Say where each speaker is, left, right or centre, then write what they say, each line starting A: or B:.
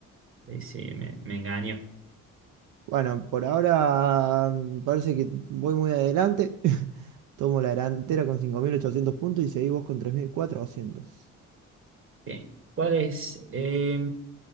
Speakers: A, on the right; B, on the right.
A: Sí, sí, me, me engañó.
B: Bueno, por ahora mm, parece que voy muy adelante. <laughs> Tomo la delantera con 5.800 puntos y seguí vos con tres mil cuatrocientos
A: Bien. ¿Cuál es, eh,